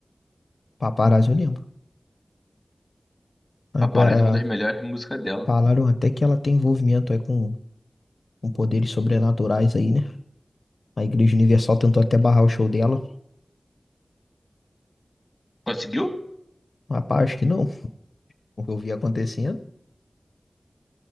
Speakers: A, on the left (about 85°); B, on the left (about 25°).
A: Paparazzi eu lembro. Agora,
B: Paparazzi é uma das melhores músicas dela.
A: falaram até que ela tem envolvimento aí com, com poderes sobrenaturais aí, né? A Igreja Universal tentou até barrar o show dela.
B: Conseguiu?
A: Rapaz, acho que não. O que eu vi acontecendo.